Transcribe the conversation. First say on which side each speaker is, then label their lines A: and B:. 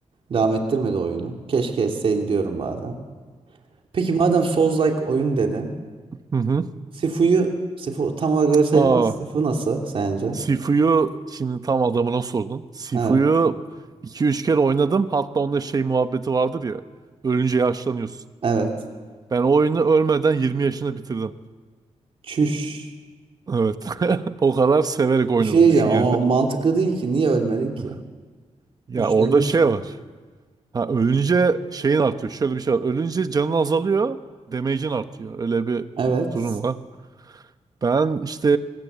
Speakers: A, on the right; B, on the right.
A: devam ettirmedi oyunu. Keşke etseydi diyorum bazen. Peki madem Souls-like oyun dedin.
B: Hı hı.
A: Sifu'yu Sifu tam olarak öyle sayılmaz.
B: Aa,
A: Sifu nasıl sence?
B: Sifu'yu şimdi tam adamına sordun. Sifu'yu
A: Evet.
B: iki üç kere oynadım. Hatta onda şey muhabbeti vardır ya. Ölünce yaşlanıyorsun.
A: Evet.
B: Ben o oyunu ölmeden 20 yaşında bitirdim.
A: Çüş.
B: Evet. <laughs> O kadar severek oynadım.
A: Bir şey diyeceğim
B: Düşün
A: ama
B: yani.
A: mantıklı değil ki. Niye ölmedin ki?
B: <laughs> Ya
A: Güçleniyorsun.
B: orada şey var. Ha, ölünce şeyin artıyor. Şöyle bir şey var. Ölünce canın azalıyor. Damage'in artıyor. Öyle bir
A: Evet.
B: durum var. Ben işte